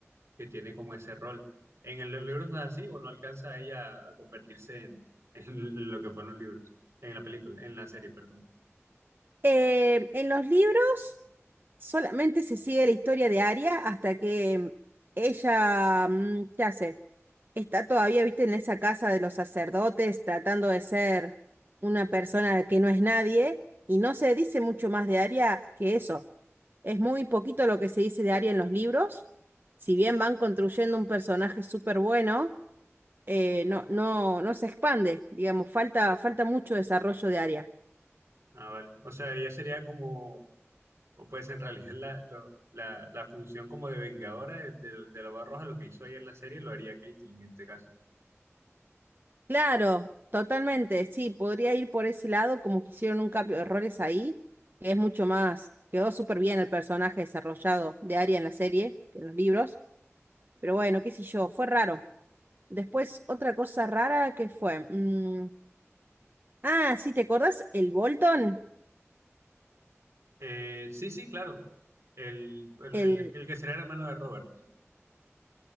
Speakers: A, on the right; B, on the right.
A: que tiene como ese rol. En el, los libro no es así, o no alcanza ella a convertirse en, <laughs> en lo que fueron los libros, en la película, en la serie, perdón.
B: eh, en los libros solamente se sigue la historia de Arya hasta que ella, mm, ¿qué hace? Está todavía, viste, en esa casa de los sacerdotes tratando de ser una persona que no es nadie y no se dice mucho más de Arya que eso Es muy poquito lo que se dice de Arya en los libros. Si bien van construyendo un personaje súper bueno, eh, no, no, no se expande, digamos, falta, falta mucho desarrollo de Arya.
A: Ah, vale. O sea, ella sería como, o pues en realidad la, lo- la, la función como de vengadora de, de, de la Barra Roja, lo que hizo ella en la serie, lo haría Caitlyn en este caso.
B: Claro, totalmente, sí, podría ir por ese lado, como que hicieron un cambio de errores ahí, que es mucho más, quedó súper bien el personaje desarrollado de Arya en la serie, que en los libros, pero bueno, qué sé yo, fue raro. Después, otra cosa rara que fue, mm, ah, sí, ¿te acordás? El Bolton,
A: Eh, sí, sí, claro. El, el,
B: el,
A: el- el que sería el hermano de Robert, ¿no?